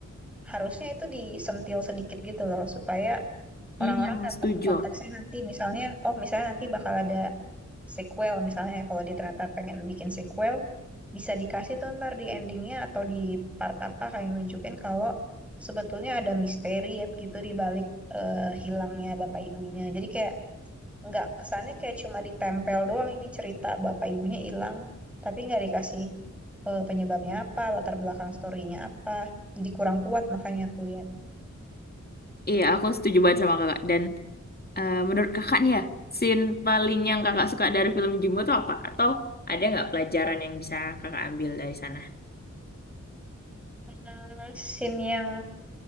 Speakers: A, in the centre; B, on the left.
A: harusnya itu disentil sedikit gitu loh supaya orang-orang
B: Iya,
A: dapat
B: setuju.
A: konteksnya nanti misalnya oh misalnya nanti bakal ada sequel misalnya ya, kalau dia ternyata pengen bikin sequel bisa dikasih tuh ntar di endingnya atau di part apa kayak nunjukin kalau sebetulnya ada misteri ya gitu di balik eh, hilangnya bapak ibunya jadi kayak nggak kesannya kayak cuma ditempel doang ini cerita bapak ibunya hilang tapi nggak dikasih eh, penyebabnya apa latar belakang storynya apa jadi kurang kuat makanya aku lihat
B: Iya, aku setuju banget sama kakak. Dan Eh, menurut kakak nih ya, scene paling yang kakak suka dari film Jumbo tuh apa? Atau ada nggak pelajaran yang bisa kakak ambil dari sana?
A: Hmm, scene yang